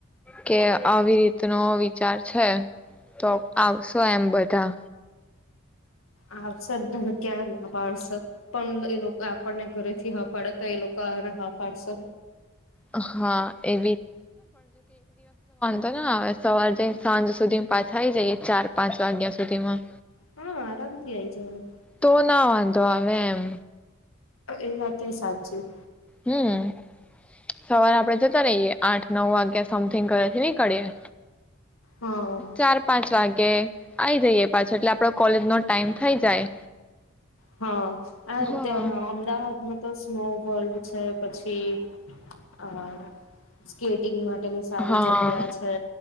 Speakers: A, in the centre; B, on the left (about 75°).
A: કે આવી રીતનો વિચાર છે તો આવશો એમ બધા
B: આવ શ જ બ કના પારસ. પણ એ લોકો આપણને ઘરે થી હા પાડે તો એ લોકોને હા પાડશે
A: હા એ ન હવે સવાર જઈ સાંજ સુધી પાછા આવીઈ જઈએ ચાર પાંચ વાગ્યા સુધીમાં.
B: હા આરામથી આઈ જાય
A: તો ના વાંધો આવે એમ
B: એ વાત સાચું.
A: હમ સવારે આપણેે જતા રહીયએ આઠ નવ વાગ્યાે સમથીિંગ ઘરે થી નિકળી એ
B: હા
A: ચાર પાંચ વાગે આ જઈએ પાછો એટલે આપડો. કોલેજ નો ટાઈમ થઈ જાય.
B: હા્યા
A: હા
B: અમ અમદાવાદમાં. તો સ્નોફોલ છે પછી અ સ્કેટિંગમાં. લી સારી
A: હા,
B: જગ્યા છે